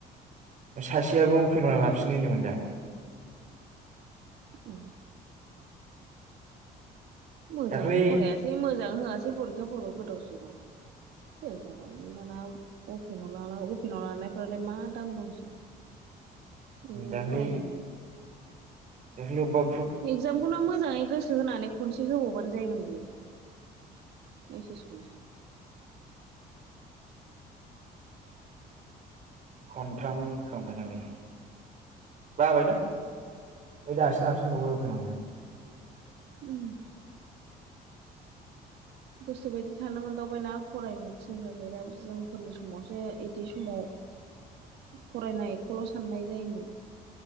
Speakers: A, on the right; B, on the right.
A: सासेयाबो अपेनाव लाफिननो होनदोंमोन दा।
B: ए। मोजां
A: दाख्लै
B: फरायासै मोजां होआसै फरिखाफोरखौ गोदाव- सोराव। फेल जालाबायनानै दाना अपेनाव लाना अपेनाव लानायफ्रालाय मा दाम दंसै। ओम
A: दाख्लै
B: फराय गारनाय।
A: दाख्लै अबा
B: एगजामखौनो मोजाङै गोसो होनानै खनसे होबावबानो जायोमोन बियो। ओइस एस खौनो
A: खनथाम होखांबाय ना बे बाबायदां ओइ दासो लाफिनबावबाय अपेनावनो
B: उम। गोसोबायदि थानो मोनदावबायना फरायनो थिनग्रा गैला जोंफोरनि समावसो इदि समाव फरायनायखौल' साननाय जायोमोन